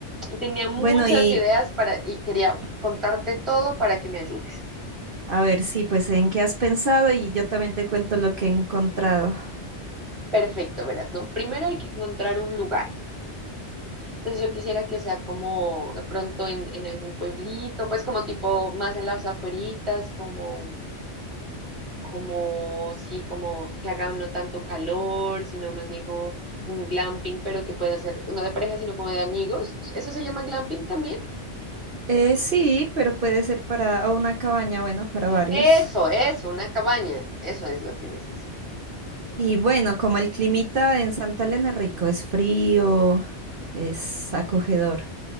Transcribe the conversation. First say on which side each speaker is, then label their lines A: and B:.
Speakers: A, on the right (about 25°); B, on the right (about 55°).
A: y tenía muchas
B: Bueno, y
A: ideas para y quería contarte todo para que me ayudes.
B: a ver, sí, pues en qué has pensado y yo también te cuento lo que he encontrado.
A: Perfecto, verás, ¿no? Primero hay que encontrar un lugar. Entonces yo quisiera que sea como de pronto en, en algún pueblito, pues como tipo más en las afueritas, como como sí, como que haga no tanto calor, sino más bien como un glamping, pero que pueda ser no de pareja, sino como de amigos. ¿Eso se llama glamping también?
B: Eh, sí, pero puede ser para o una cabaña, bueno, para varios.
A: Eso, eso, una cabaña. Eso es lo que necesita.
B: Y bueno, como el climita en Santa Elena es rico, es frío, es acogedor.